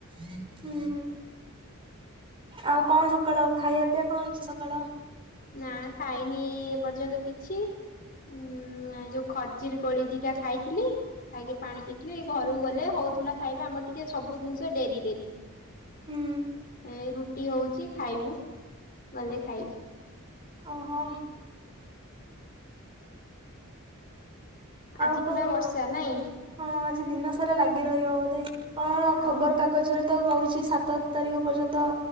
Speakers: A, on the right; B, on the left.
A: <inaudible> ହୁଁ, ଆଉ କଣ ସକାଳ ଖାଇବା ପିଇବା କଣ ହେଇଛି ସକାଳ?
B: ନା ଖାଇନି ଏ ପର୍ଯ୍ୟନ୍ତ କିଛି। ଉଁ ଯୋଉ ଖଜିର କୋଳି ଦିଟା ଖାଇଥିଲି। ଖାଇକି ପାଣି ପିଇଥିଲି, ଘରକୁ ଗଲେ ହଉଥିଲା ଖାଇବା, ଆମର ଟିକେ ସବୁ ଜିନିଷ ଡେରି ଡେରି।
A: ହୁଁ
B: ଏ ରୁଟି ହଉଛି ଖାଇବୁ। ଗଲେ ଖାଇବି।
A: ଓ ହୋ।
B: ଆଜି
A: ଆଉ
B: ପୁରା
A: କଣ?
B: ବର୍ଷା ନାଇଁ
A: ହଁ ଆଜି ଦିନସାରା ଲାଗି ରହିବ ବୋଧେ। କଣ
B: ଆଉ
A: ଖବର କାଗଜରେ ତ କହୁଛି ସାତ ର ତାରିଖ ପର୍ଯ୍ୟନ୍ତ